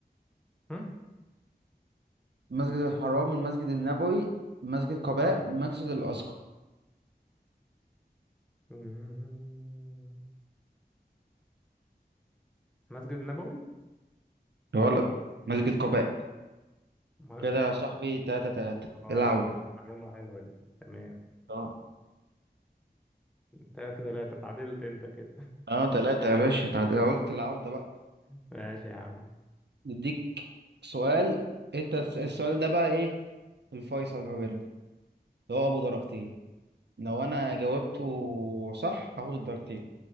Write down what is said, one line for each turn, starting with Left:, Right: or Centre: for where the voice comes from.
Centre: هم؟
Right: مسجد الحرام، المسجد النبوي، مسجد قباء، مسجد الأقصى
Centre: مم. مسجد النبوي
Right: غلط مسجد قباء
Centre: م-
Right: كده يا صاحبي تلاتة تلاتة
Centre: اه
Right: العودة
Centre: معلومة حلوة دي تمام
Right: اه
Centre: تلاتة تلاتة اتعادلت انت كده
Right: اه تلاتة يا باشا تعادل قلت العودة بقى
Centre: <laughs> ماشي يا عم
Right: نديك سؤال انت الس- السؤال ده بقى ايه الفيصل ما بيننا اللي هو ابو درجتين لو انا جاوبته صح هاخد الدرجتين